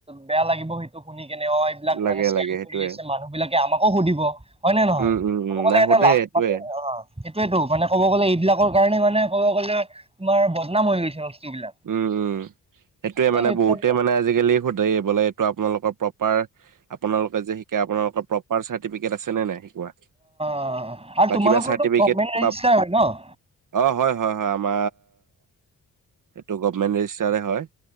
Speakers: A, on the right; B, on the right.
A: বেয়া লাগিব সেইটো শুনি কেনে অ'
B: লাগে, লাগে। সেইটোয়ে।
A: ফ্ৰি আছে মানুহবিলাকে আমাকো সুধিব হয় নে নহয়,
B: উম, উম,
A: ক'ব
B: উম,
A: গলে
B: নাই
A: এটা
B: সোধে
A: লাল
B: সেইটোয়ে
A: মানে অ' সেইটয়েতো মানে ক'ব গ'লে এইবিলাকৰ কাৰণে মানে ক'ব গ'লে তোমাৰ বদনাম হৈ গৈছে বস্তুবিলাক।
B: উম, উম, সেইটোয়ে
A: এই
B: মানে
A: সেইবিলাক
B: বহুতেই মানে আজিকালি সোধে বোলে এইটো আপোনালোকৰ প্ৰব তোমাৰ আপোনালোকে যে শিকে আপোনালোকৰ প্ৰপাৰ চাৰ্টিফিকেট আছে নে নাই শিকোৱা।
A: অ' আৰু
B: বা
A: তোমালোকৰটো
B: কিবা চাৰ্টিফিকেট
A: গভমেণ্ট ৰেজিষ্টাৰ
B: বা
A: হয় ন'।
B: অ' হয়, হয়, হয়, আমাৰ টো গভমেন্ট ৰেজিষ্টাৰে হয়।